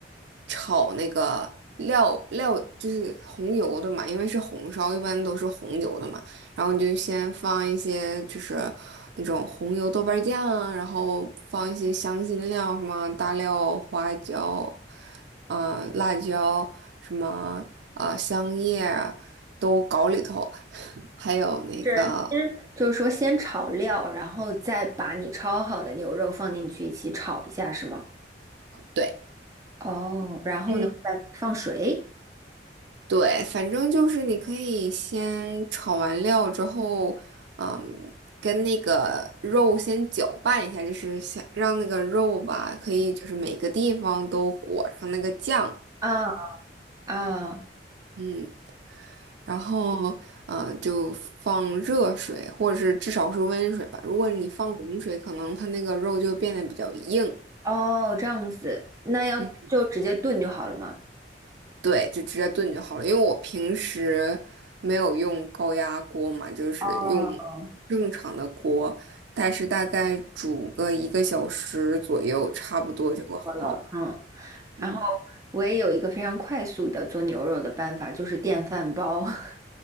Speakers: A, on the right (about 70°); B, on the right (about 20°).
A: 炒那个料料，就是红油的嘛，因为是红烧，一般都是红油的嘛。然后你就先放一些就是那种红油豆瓣酱啊，然后放一些香辛料，什么大料、花椒，嗯、辣椒，什么啊、呃香叶啊都搞里头，<laughs> 还有那个。
B: 是先就是说先炒料，然后再把你焯好的牛肉放进去一起炒一下，是吗？
A: 对。
B: 哦，然后呢，
A: 嗯，
B: 再放水。
A: 对，反正就是你可以先炒完料之后，嗯，跟那个肉先搅拌一下，就是想让那个肉吧，可以就是每个地方都裹上那个酱，
B: 啊啊
A: 嗯，然后呃就放热水，或者是至少是温水吧。如果你放冷水，可能它那个肉就变得比较硬。
B: 哦，这样子，那要就直接炖就好了嘛。
A: 嗯。对，就直接炖就好了。因为我平时没有用高压锅嘛，就是用
B: 哦，
A: 正常的锅，但是大概煮个一个小时左右，差不多就好。
B: 好了，嗯。然后
A: 嗯，
B: 我也有一个非常快速的做牛肉的办法，就是电饭煲。<laughs>